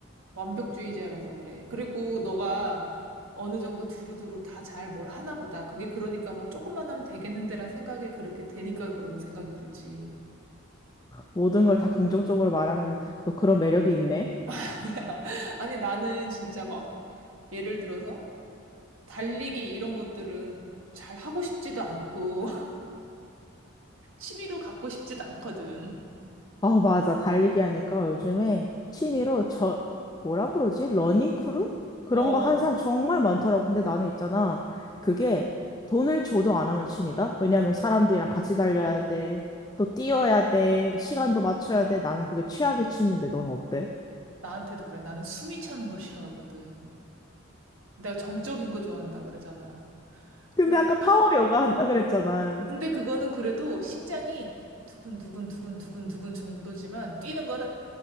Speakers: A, on the right; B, on the left.
A: 완벽주의자라서 그래. 그리고 너가 어느 정도 두루두루 다 잘 뭘 하나 보다. 그게 그러니까 뭐 조금만 하면 되겠는데란 생각이 그렇게 되니까 그런 생각이 들지.
B: 모든 걸 다 긍정적으로 말하는 너 그런 매력이 있네.
A: <laughs> 아니야. 아니, 나는 진짜 막 예를 들어서 달리기 이런 것들은 잘 하고 싶지도 않고 <laughs> 취미로 갖고 싶지도 않거든.
B: 어, 맞아. 달리기 하니까 요즘에 취미로 저, 뭐라 그러지? 러닝 크루? 그런
A: 어,
B: 거 하는
A: 어.
B: 사람 정말 많더라고. 근데 나는 있잖아. 그게 돈을 줘도 안 하는 취미다? 왜냐하면 사람들이랑 같이 달려야 돼. 또 뛰어야 돼. 시간도 맞춰야 돼. 나는 그게 최악의 취미인데 넌 어때?
A: 나한테도 그래. 나는 숨이 차는 걸 싫어하거든. 내가 정적인 거 좋아한다 그러잖아.
B: 근데
A: 그러니까
B: 아까 파워 요가 한다 그랬잖아.
A: 근데 그거는 그래도 심장이 두근두근 두근두근 두근 정도지만 뛰는 거는